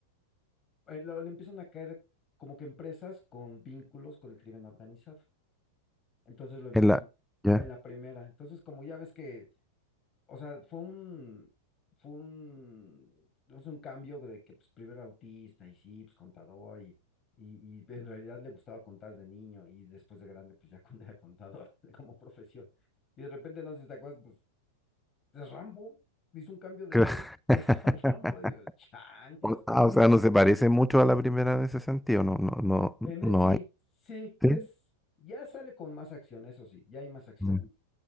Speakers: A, on the left (about 30°); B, in the centre.
A: eh, lo- le empiezan a caer como que empresas con vínculos con el crimen organizado. Entonces lo empiezan
B: En la, ya.
A: en la primera. Entonces, como ya ves que, o sea, fue un, fue un, no sé, un cambio de que pues, primero era autista y sí, pues contador y, y, y en realidad le gustaba contar de niño y después de grande, pues ya <laughs> con- era contador <laughs> como profesión. Y de repente, no sé si te acuerdas, pues es Rambo, hizo un cambio de,
B: Cla-
A: <laughs>
B: <laughs>
A: de eso a Rambo, digo, chanclas,
B: O
A: ¿cómo
B: ah,
A: le
B: o sea,
A: hizo?
B: no se parece mucho a la primera en ese sentido. No, no, no,
A: En
B: no
A: ese sí,
B: hay.
A: sí,
B: ¿Sí?
A: es, ya sale con más acción, eso sí, ya hay más acción,
B: Mm,